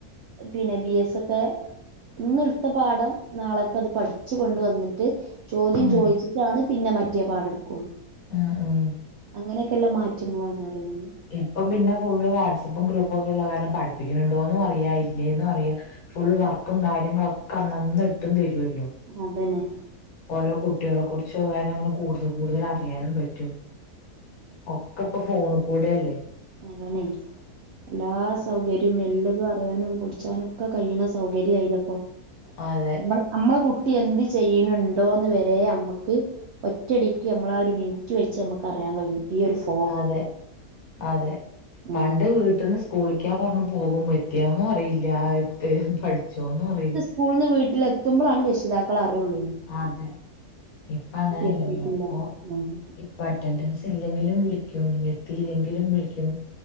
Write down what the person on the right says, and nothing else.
പിന്നെ ബി എസ് ഒക്കെ. ഇന്ന് ഇട്ത്ത പാഠം നാളേക്കത് പഠിച് കൊണ്ട് വന്നിട്ട്. ചോദ്യം
ചോയ്ച്ച്ട്ടാണ് പിന്നെ മറ്റേ പാട ഇട്ക്കൊള്ളൂ.
അങ്ങനെക്കല്ല മാറ്റങ്ങളാണ് അറിയുന്ന്.
അതന്നെ.
അതാണെ എല്ലാ സൗകര്യം എല്ലതും അറിയാനും പുടിച്ചാനും ഒക്കെ കഴിയണ സൗകര്യം ആയില്ലേപ്പൊ
മ്മളെ അമ്മളെ കുട്ടി എന്ത് ചെയ്യണിണ്ടോന്ന് വരെ മ്മക്ക് ഒറ്റടിക്ക് മ്മളാ ഒരു മിനിറ്റ് വെച്ച് മ്മക്ക് അറിയാൻ കഴിയും ഈ ഒരു ഫോ
ആഹ്
സ്കൂൾന്ന് വീട്ടിലെത്തുമ്പളാണ് രക്ഷിതാക്കൾ അറിയൊള്ളെയ്ന്
എത്തിയിട്ടില്ല
ആഹ്